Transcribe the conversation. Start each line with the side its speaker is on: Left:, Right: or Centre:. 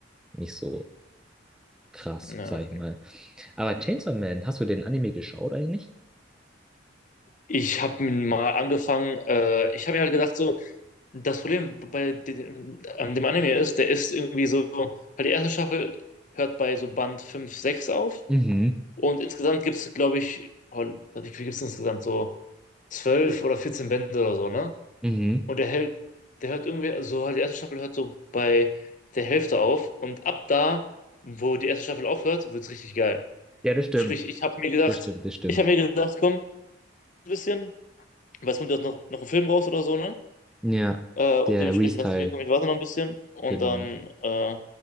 Centre: nicht so krass,
Left: Ja,
Centre: sag
Left: okay.
Centre: ich mal. Aber Chainsaw Man, hast du den Anime geschaut eigentlich?
Left: Ich habe mal angefangen, äh, ich habe mir halt gedacht, so, Das Problem bei dem, an dem Anime ist, der ist irgendwie so, weil die erste Staffel hört bei so Band 5 6 auf
Centre: Mhm,
Left: und insgesamt gibt es, glaube ich, oh, wie viel gibt es insgesamt? So 12 oder 14 Bände oder so, ne?
Centre: mhm.
Left: Und der hält, der hört irgendwie, so halt die erste Staffel hört so bei der Hälfte auf und ab da, wo die erste Staffel aufhört, wird es richtig geil.
Centre: Ja, das stimmt,
Left: Sprich, ich habe mir gedacht,
Centre: das stimmt, das stimmt.
Left: ich habe mir gedacht, komm, ein bisschen, weil es kommt ja noch, noch ein Film raus oder so, ne?
Centre: Ja,
Left: Äh, und
Centre: der
Left: dementsprechend
Centre: Re-Teil,
Left: dachte ich mir, komm, ich warte noch ein bisschen und
Centre: genau.
Left: dann äh,